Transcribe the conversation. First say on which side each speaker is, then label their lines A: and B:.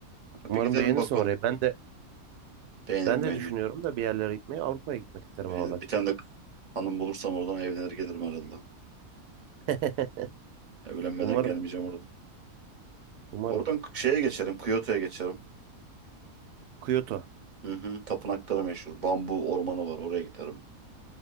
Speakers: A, on the right; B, on the right.
A: Bir
B: Umarım
A: gidelim
B: beğenirsin
A: bakalım.
B: orayı. Ben de
A: Beğenirim
B: ben de
A: beğenirim.
B: düşünüyorum da bir yerlere gitmeyi. Avrupa'ya gitmek isterim
A: Beğenirim.
B: ama ben.
A: Bir tane de hanım bulursam oradan evlenir gelirim herhalde.
B: <laughs>
A: Evlenmeden
B: Umarım,
A: gelmeyeceğim oradan.
B: umarım.
A: Oradan şeye geçerim. Kyoto'ya geçerim.
B: Kyoto.
A: Hı hı. Tapınakları meşhur. Bambu ormanı var. Oraya giderim.